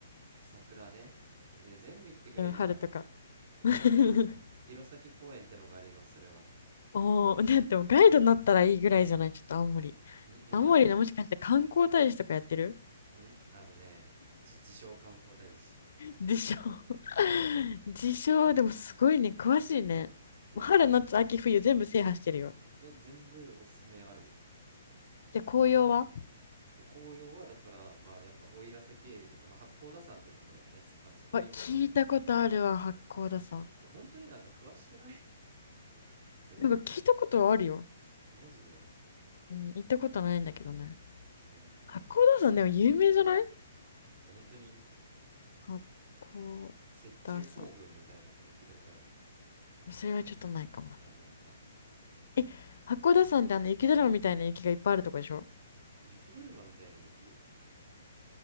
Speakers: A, on the right; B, on the left.
A: 桜ね。え、全部行ってくれるやん。
B: う。うん、春とか。
A: さいいやん。
B: <laughs>
A: 弘前公園ってのがあります、それは。
B: おー、<laughs> だってもうガイドになったらいいぐらいじゃないちょっと青森。
A: んいや、
B: 青森のもしかして観光大使とかやってる
A: マジ。んあのね、じ、自称観光大使。
B: でしょ <laughs>
A: うん
B: 自称、<laughs> でもすごいね、詳しいね。
A: で、
B: もう春、
A: は、
B: 夏、秋、冬全部制覇してるよ。
A: え全部おすすめあるよ。
B: じゃあ紅葉は
A: え、紅葉はだから、まあ、やっぱ奥入瀬渓流とか、まあ、八甲田山ってところやね。すあの、そこ一帯。
B: わ、聞いたことあるわ、
A: うん。
B: 八甲田山。
A: え、本当になんか詳しくない <laughs> すごいね。
B: なんか聞いたことはあるよ。
A: マジで。
B: うん、行ったことないんだけどね。
A: うーん
B: 八甲田山でも有名じゃない
A: 本当に
B: 八甲田山。
A: 雪中行軍みたいなこと聞いたことある
B: それはちょっとないかも。
A: あないか
B: え、八甲田山ってあの雪だるまみたいな雪がいっぱいあるとこでしょ
A: 雪だるまみたいな雪